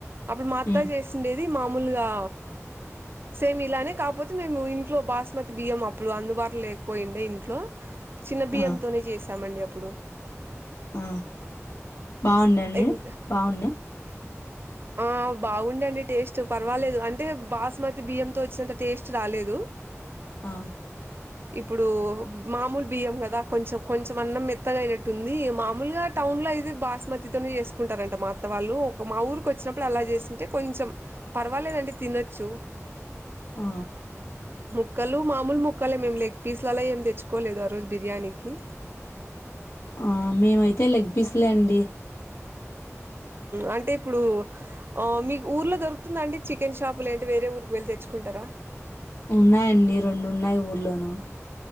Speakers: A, on the right; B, on the left.
A: అప్పుడు మా అత్త
B: ఉమ్
A: చేసిండేది మామూలుగా సేమ్ ఇలానే కాపోతే మేము ఇంట్లో బాస్మతి బియ్యం అప్పుడు అందుబాటు లేకపోయిండే ఇంట్లో చిన్న బియ్యంతోనే
B: ఆ
A: చేశామండి అప్పుడు
B: మ్మ్ బాగుంది అండి
A: ఇంకా
B: బాగుంది
A: ఆ బాగుండండి టేస్ట్ పర్వాలేదు అంటే బాస్మతి బియ్యంతో వచ్చినంత టేస్ట్ రాలేదు
B: ఆ
A: ఇప్పుడు మామూలు బియ్యం కదా కొంచెం కొంచెం అన్నం మెత్తగాయినట్టు ఉంది మామూలుగ టౌన్ లో అయితే బాస్మతితోనే చేసుకుంటారంట మాత్త వాళ్ళు ఒక మా ఊరికి వచ్చినప్పుడు అలా చేస్తుంటే కొంచం పర్వాలేదండి తినోచ్చు
B: ఆ
A: ముక్కలు మామూలు ముక్కలే మేము లెగ్ పీస్లలా ఏమి తెచ్చుకోలేదు ఆ రోజు బిర్యానీకి
B: ఆ మేమైతే లెగ్పిస్లే అండి
A: అంటే ఇప్పుడు ఆ మీకు ఊర్లో దొరకు <unintelligible> చికెన్ షాపులులేంటి వేరే ఊరికి వెళ్ళి తెచ్చుకుంటార
B: ఉన్నాయండి రెండు ఉన్నాయి ఊర్లోను